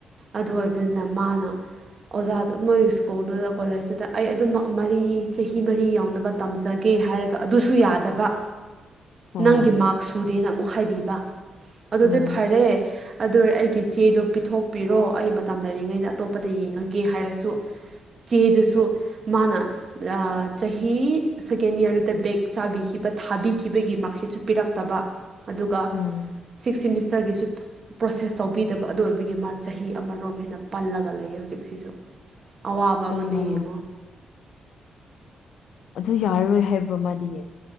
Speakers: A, on the right; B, on the left.
A: ꯑꯗꯨ ꯑꯣꯏꯕꯅꯤꯅ ꯃꯥꯅ ꯑꯣꯖꯥꯗ ꯃꯣꯏ ꯁ꯭ꯀꯨꯜꯗꯨꯗ ꯀꯣꯂꯦꯖꯇꯨꯗ ꯑꯩ ꯑꯗꯨꯝꯃꯛ ꯃꯔꯤ ꯆꯍꯤ ꯃꯔꯤ ꯌꯧꯅꯕ ꯇꯝꯖꯒꯦ ꯍꯥꯏꯔꯒ ꯑꯗꯨꯁꯨ ꯌꯥꯗꯕ
B: ꯍꯣꯏ
A: ꯅꯪꯒꯤ ꯃꯥꯛ ꯁꯨꯗꯦꯅ ꯑꯃꯨꯛ ꯍꯥꯏꯕꯤꯕ ꯑꯗꯨꯗꯤ
B: ꯎꯝ
A: ꯐꯥꯔꯦ ꯑꯗꯣꯏꯔꯥ ꯑꯩꯒꯤ ꯆꯦꯗꯣ ꯄꯤꯊꯣꯛꯄꯤꯔꯣ ꯑꯩ ꯃꯇꯝ ꯂꯩꯔꯤꯉꯩꯗ ꯑꯇꯣꯞꯄꯗ ꯌꯦꯡꯉꯥꯒꯦ ꯍꯥꯏꯔꯁꯨ ꯆꯦꯗꯨꯁꯨ ꯃꯥꯅ ꯑ ꯆꯍꯤ ꯁꯦꯀꯦꯟ ꯏꯌꯥꯔꯗꯨꯗ ꯕꯦꯛ ꯆꯥꯕꯤꯈꯤꯕ ꯊꯥꯕꯤꯈꯤꯕꯒꯤ ꯃꯥꯛ ꯁꯤꯠꯁꯨ ꯄꯤꯔꯛꯇꯕ꯫ ꯑꯗꯨꯒ꯫
B: ꯑꯝ꯫
A: ꯁꯤꯛꯁ ꯁꯤꯃꯤꯁꯇꯔꯒꯤꯁꯨ ꯄ꯭ꯔꯣꯁꯦꯁ ꯇꯧꯕꯤꯗꯕ ꯑꯗꯨ ꯑꯣꯏꯕꯒꯤ ꯃꯥ ꯆꯍꯤ ꯑꯃꯔꯣꯝ ꯍꯦꯟꯅ ꯄꯜꯂꯒ ꯂꯩꯌꯦ ꯍꯧꯖꯤꯛꯁꯤꯁꯨ꯫ ꯑꯋꯥꯕ ꯑꯃꯅꯦ
B: ꯑꯩꯌꯥ
A: ꯌꯦꯡꯉꯣ
B: ꯑꯗꯨ ꯌꯥꯔꯔꯣꯏ ꯍꯥꯏꯕ꯭ꯔꯣ ꯃꯥꯗꯤ